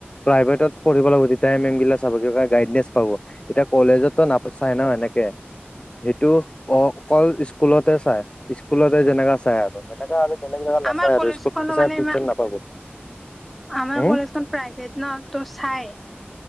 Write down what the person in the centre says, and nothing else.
আমাৰ
কলেজখনো
মানে
ইমান
আমাৰ
কলেজখন প্ৰাইভেট ন টো' চাই।